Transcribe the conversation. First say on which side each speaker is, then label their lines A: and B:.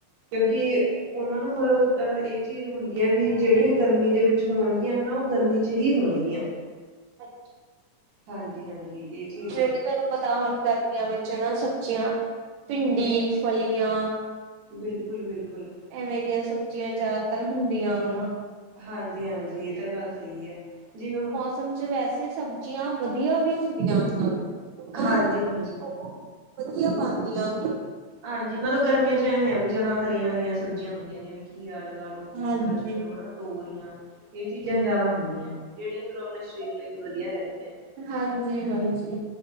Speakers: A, on the right; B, on the right.
A: ਕਿਉਂਕਿ। ਉਹਨਾਂ ਨੂੰ ਮਤਲਬ ਇਹ ਚੀਜ਼ ਹੁੰਦੀ ਹੈ ਵੀ ਜਿਹੜੀਆਂ ਗਰਮੀ ਦੇ ਵਿੱਚ ਹੋਣਗੀਆਂ ਹਨਾ ਉਹ ਗਰਮੀ ਚ ਹੀ ਹੋਣਗੀਆਂ।
B: ਹਾਂਜੀ
A: ਹਾਂਜੀ ਹਾਂਜੀ ਇਹ ਚੀਜ਼ ਹੈ।
B: ਕਿ ਤੁਹਾਨੂੰ ਪਤਾ ਹੁਣ ਗਰਮੀਆਂ ਵਿੱਚ ਨਾ ਸਬਜ਼ੀਆਂ ਭਿੰਡੀ ਫਲੀਆਂ
A: ਬਿਲਕੁਲ ਬਿਲਕੁਲ।
B: ਐਵੇਂ ਦੀਆਂ ਸਬਜ਼ੀਆਂ ਜ਼ਿਆਦਾਤਰ ਹੁੰਦੀਆਂ ਵਾ।
A: ਹਾਂਜੀ ਹਾਂਜੀ ਇਹ ਤਾਂ ਗੱਲ ਸਹੀ ਆ ਜਿਵੇ ਉਹ
B: ਸਮਝ ਵੈਸੇ ਸਬਜ਼ੀਆਂ ਵਧੀਆ ਵੀ ਹੁੰਦੀਆਂ ਵਾ ਉਹਨਾ
A: ਹਾਂਜੀ
B: ਦਾ
A: ਹਾਂਜੀ
B: ਉਹ ਵਧੀਆ ਬਣਦੀਆਂ ਵਾ
A: ਹਾਂਜੀ ਮਤਲਬ ਗਰਮੀਆਂ ਚ ਐਵੇਂ ਆ ਵੀ ਜਿਆਦਾ ਹਰੀਆਂ ਹਰੀਆਂ ਸਬਜ਼ੀਆਂ ਹੁੰਦੀਆਂ ਜਿਵੇਂ ਘੀਆ ਲਗਾ ਲ ਪੇਠਾ
B: ਹਾਂਜੀ,
A: ਲਗਾ ਲੋ ਹਨਾ ਤੋਰੀਆਂ ਇਹ ਚੀਜ਼ਾਂ ਜ਼ਿਆਦਾ ਹੁੰਦੀਆਂ ਨੇ ਜਿਹੜੀਆਂ ਚਲੋ ਆਪਣੇ ਸਰੀਰ ਲਈ ਵੀ ਵਧੀਆ ਰਹਿੰਦੀਆਂ ਨੇ।
B: ਹਾਂਜੀ ਹਾਂਜੀ